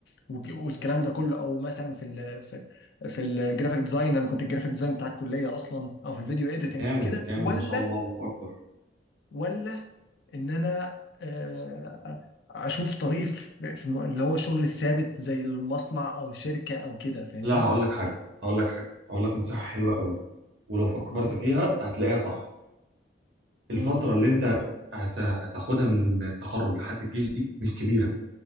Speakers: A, on the left (about 65°); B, on the right (about 80°).
A: وك- والكلام ده كله او مثلا في ال في, في الجرافيك ديزاين انا كنت الجرافيك ديزاين بتاع الكليه اصلا او في الفيديو ايديتنج
B: جامد
A: وكده
B: جامد
A: ولا
B: ما شاء الله الله اكبر
A: ولا ان انا آه، اشوف طريق في في اللي هو الشغل الثابت زي المصنع او شركه او كده فاهمني؟
B: لا هقول لك حاجه
A: يعني-
B: هقول لك حاجه هقول لك نصيحه حلوه قوي ولو فكرت
A: مم.
B: فيها هتلاقيها صح الفترة
A: مم.
B: اللي انت هت- هتاخدها من التخرج لحد الجيش دي مش كبيرة